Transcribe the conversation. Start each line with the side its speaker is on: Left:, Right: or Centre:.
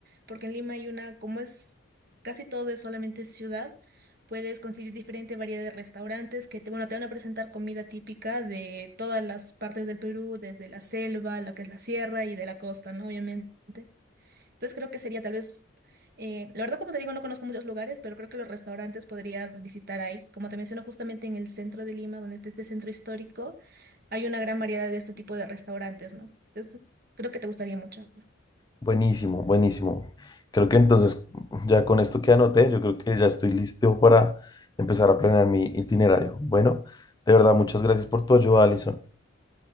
Right: porque en Lima hay una, como es casi todo es solamente ciudad, puedes conseguir diferente variedad de restaurantes que te, bueno, te van a presentar comida típica de todas las partes del Perú, desde la selva, lo que es la sierra y de la costa, ¿no? Obviamente. Entonces creo que sería tal vez, eh, la verdad como te digo, no conozco muchos lugares, pero creo que los restaurantes podrías visitar ahí. Como te menciono, justamente en el centro de Lima, donde está este centro histórico hay una gran variedad de este tipo de restaurantes, ¿no? Entonces, creo que te gustaría mucho.
Left: Buenísimo, buenísimo. Creo que entonces <laughs> ya con esto que anoté, yo creo que ya estoy listo para empezar a planear mi itinerario. Bueno, de verdad, muchas gracias por tu ayuda, Alison.